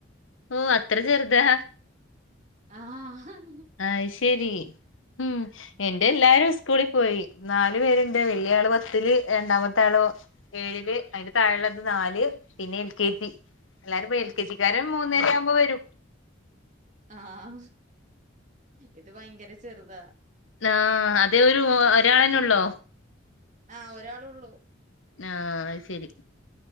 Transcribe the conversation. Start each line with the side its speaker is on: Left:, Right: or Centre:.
Left: ഓ അത്ര ചെറുതാ
Right: ആഹ്
Left: ആ ശരി ഉം എന്റെ എല്ലാരും സ്കൂളിൽ പോയി നാല് പേരുണ്ട് വലിയ ആള് പത്തില്ല് രണ്ടാമത്തെ ആള് ഏഴില് അതിന്റെ താഴെള്ളത് നാല് പിന്നെ എൽ കെ ജി എല്ലാരും എൽ കെ ജിക്കാരൻ മൂന്നര ആവുമ്പോ വരും
Right: ആഹ ഇത് ഭയങ്കര ചെറുതാ
Left: ആ അതെ ഒരു ഒരാളന്നെ ഉള്ളോ
Right: ആഹ ഒരാള ഉള്ളൂ
Left: ആഹ് ശരി